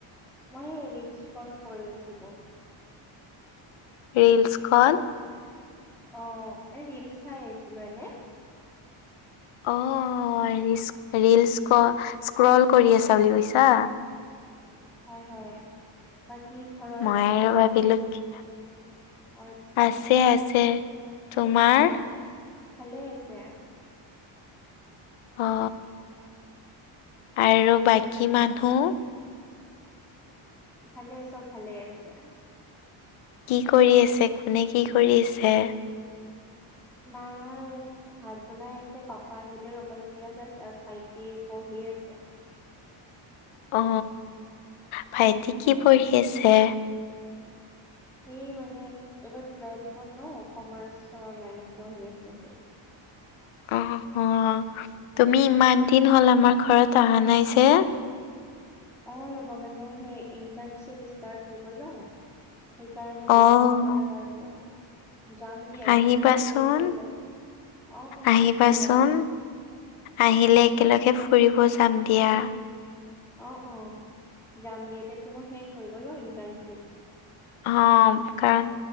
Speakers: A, in the centre; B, on the left.
A: মই ৰিলচ স্কল কৰি আছিলো।
B: ৰিলছস্কল
A: অ মানে ৰিলচ চাই আছিলো এনে।
B: অ ৰিলছ ৰিলছ স্ক স্ক্ৰল কৰি আছা বুলি কৈছা
A: হয় হয় বাকী ঘৰত
B: মই
A: আংকল
B: আৰু
A: আন্টি
B: ভাবিলো
A: হয়
B: কি-
A: অ আচ্ছা
B: আছে আছে তোমাৰ
A: অ ভালে আছে।
B: অ আৰু বাকী মানুহ
A: ভালে চব ভালে আছে।
B: কি কৰি আছে, কোনে কি কৰি আছে?
A: মাই ভাত বনাই আছে পাপা আহিলে ৰবা এতিয়া জাষ্ট আৰু ভাইটি পঢ়ি আছে।
B: অ ভাইটি কি পঢ়ি আছে?
A: সেই মানে এইবাৰ টুৱেলভত ন কমাৰ্চৰ লাইনত পঢ়ি আছে যে।
B: অ অ তুমি ইমান দিন হ'ল আমাৰ ঘৰত অহা নাই যে।
A: অ ৰ'বা মানে সেই ইণ্টাৰ্ণশ্বিপ ষ্টাৰ্ট হৈ গ'ল ন। সেইকাৰণে বিজি
B: অ'।
A: থকাৰ কাৰণে যাম দিয়া এতিয়াতো
B: আহিবাচোন,
A: মোৰ শেষ হৈ গল। অ অ
B: আহিবাচোন,
A: নিশ্চয় যাম দিয়া।
B: আহিলে একেলগে
A: যাম দিয়া
B: ফুৰিব যাম দিয়া।
A: অ অ যাম দিয়া এতিয়া তোমাৰ শেষ হৈ গ'ল ন ইণ্টাৰ্ণশ্বিপ।
B: অ কাৰণ